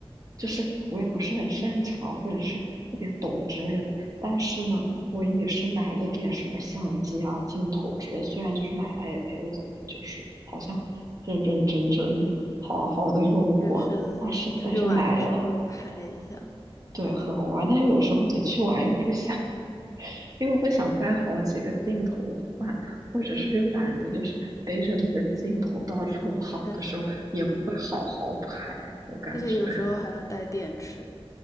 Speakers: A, on the right; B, on the left.
A: 就是我也不是很擅长，或者是特别懂之类的。但是呢，我也是买了点什么相机啊、镜头之类，虽然就是买来也没有怎么，就是好像认认真真、好好的用过。
B: 就是出去玩的时候拍一下。
A: 但是但是买了，对，很偶尔。但是有时候你去玩又不想，因为不想带好几个镜头换，或者是又懒得就是背着那个镜头到处跑的时候，
B: 哦，确实，
A: 也不会好好拍，我感觉。
B: 而且有时候还要带电池。
A: <laughs>